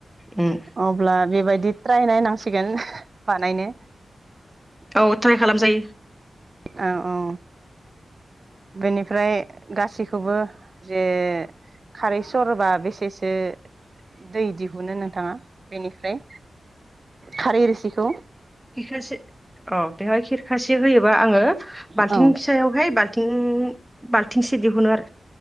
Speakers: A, in the centre; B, on the right (about 40°).
A: उम
B: अब्ला बेबायदि ट्राय नायनांसिगोन बानायनो
A: औ ट्राय खालामजायो।
B: औ औ बेनिफ्राय गासैखौबो जे खारै सरबा बेसेसो दै दिहुनो नोंथाङा बेनिफ्राय खारै रोसिखौ
A: खिरखासे औ बेवहाय खिरखासे होयो बा आंङो बालथिं
B: औ
A: फिसायाव हाय बा बालथिं बाल्थिंसे दिहुनो आरो।